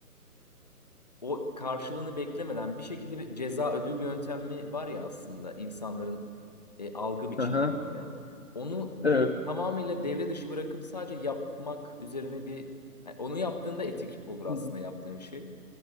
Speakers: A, on the left; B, on the left.
A: o karşılığını beklemeden bir şekilde bir ceza ödül yöntemi var ya aslında insanların e, algı biçimlerinde.
B: Hı hı.
A: Onu
B: Evet.
A: tamamıyla devre dışı bırakıp sadece yapmak üzerine bir yani onu yaptığında etik olur aslında
B: Hı hı.
A: yaptığın şey.